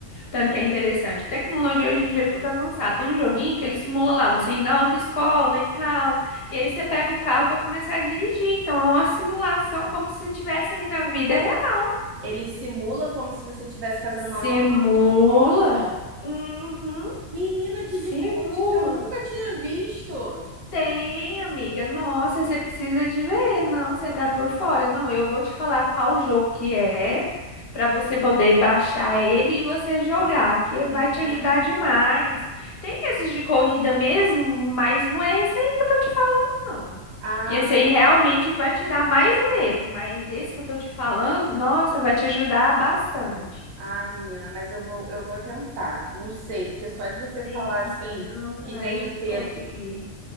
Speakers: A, on the left (about 55°); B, on the right (about 80°).
A: Tanto que é interessante. Tecnologia hoje em dia é tudo avançado. Tem um joguinho que ele simula lá, você ir na autoescola e tal. E aí você pega o carro pra começar a dirigir. Então é uma simulação como se você estivesse ali na vida real.
B: Ele simula como se você estivesse fazendo
A: Simula.
B: aula na autoescola?
A: Uhum.
B: Menina, que
A: Simula.
B: diferente, isso eu nunca tinha visto.
A: Tem, amiga. Nossa, você precisa de ver. Não, você tá por fora. Não, eu vou te falar qual jogo que é para você poder baixar ele e você jogar, que vai
B: Entendi.
A: te ajudar demais. Tem esses de corrida mesmo, mas não é esse aí que eu tô te falando, não.
B: Ah,
A: Que esse aí realmente vai te dar mais medo, mas esse que eu tô te falando, nossa, vai te ajudar bastante.
B: ah, menina, mas eu vou, eu vou tentar. Não sei, porque só de você
A: Tenta,
B: falar assim
A: não, você
B: que
A: vai
B: tem um ped...
A: conseguir.